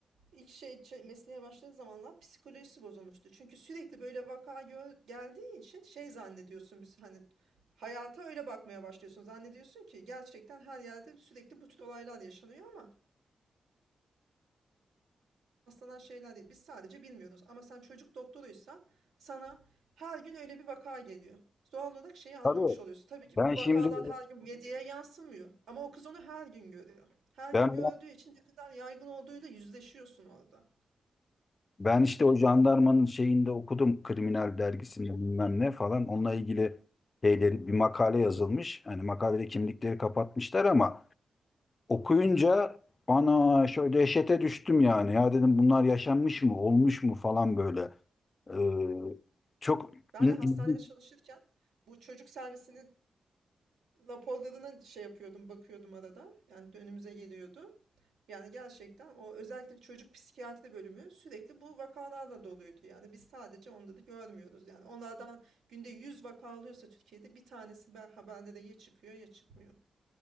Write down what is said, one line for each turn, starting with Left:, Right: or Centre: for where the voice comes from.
Right: İlk şey ç- mesleğe başladığı zamanlar psikolojisi bozulmuştu. Çünkü sürekli böyle vaka gö- geldiği için şey zannediyorsun biz hani hayata öyle bakmaya başlıyorsun. Zannediyorsun ki gerçekten her yerde sürekli bu tür olaylar yaşanıyor ama rastlanan şeyler değil. Biz sadece bilmiyoruz. Ama sen çocuk doktoruysan sana her gün öyle bir vaka geliyor. Doğal olarak şeyi anlamış
Left: Tabii
Right: oluyorsun. Tabii ki
Left: ben
Right: bu vakalar
Left: şimdi
Right: her gün medyaya yansımıyor. Ama o kız onu her gün görüyor. Her
Left: ben
Right: gün gördüğü için ne kadar yaygın olduğuyla yüzleşiyorsun orada.
Left: ben işte o jandarmanın şeyinde okudum kriminal dergisinde bilmem ne falan onunla ilgili şeyleri bir makale yazılmış. Hani makalede kimlikleri kapatmışlar ama Okuyunca ana şöyle dehşete düştüm yani. Ya dedim bunlar yaşanmış mı, olmuş mu falan böyle. Ee, çok
Right: Ben
Left: in-
Right: de hastanede
Left: in-
Right: çalışırken bu çocuk servisinin raporlarına şey yapıyordum, bakıyordum arada. Yani önümüze geliyordu. Yani gerçekten o özellikle çocuk psikiyatri bölümü sürekli bu vakalarla doluydu. Yani biz sadece onları görmüyoruz. Yani onlardan günde 100 vaka alıyorsa Türkiye'de bir tanesi ben haberlere ya çıkıyor ya çıkmıyor.